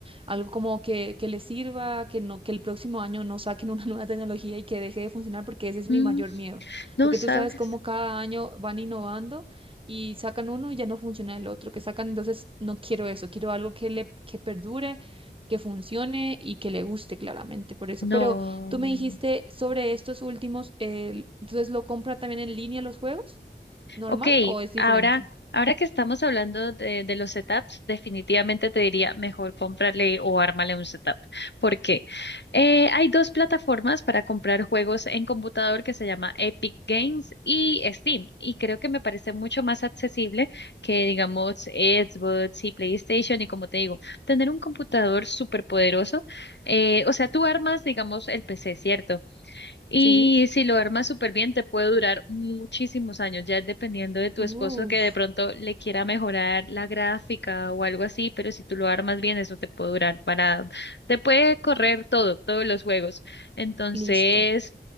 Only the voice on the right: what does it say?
algo como que, que les sirva, que no, que el próximo año no saquen una <laughs> nueva tecnología y que deje de funcionar, porque ese es
mi mayor miedo.
Porque
tú sabes cómo cada año van innovando y sacan uno y ya no funciona el otro que sacan, entonces no quiero eso, quiero algo que le que perdure, que funcione y que le guste claramente por eso.
Pero tú me dijiste sobre estos últimos, el- entonces lo compra también en línea los juegos, ¿normal
o es diferente?
Sí.
Uf,
listo,